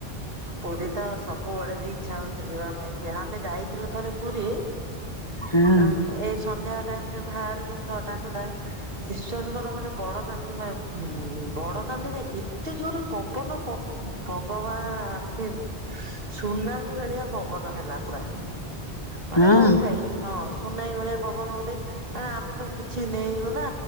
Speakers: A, on the right; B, on the left.
A: ପୁରୀ ତ ସବୁବେଳେ ବି ଇଛା ହଉଛି ଯିବା ପାଇଁ କି ଆମେ ଯାଇଥିଲୁ ଥରେ ପୁରୀ। ଏଇ
B: ହଁ ହଁ
A: ସନ୍ଧ୍ୟା ଟାଇପରେ ବାହାରିଲୁ ଛଅଟା ସୁଦ୍ଧା। ବିଶ୍ଵାସ କର ମାନେ ବଡଦାଣ୍ଡେ ବଡଦାଣ୍ଡେରେ ଏତେ ଜୋର ପବନ ପ ଭଗବାନ ସୁନାମୀ ଭଳିଆ ପବନ ହେଲା। ପା ମାନେ
B: ହଁ
A: ହଉଥାଇ ହଁ ସୁନାଇ ଭଳିଆ ପବନ ହଉଥାଏ। ଆ ଆମେ ତ କିଛି ନେଇନୁ ନା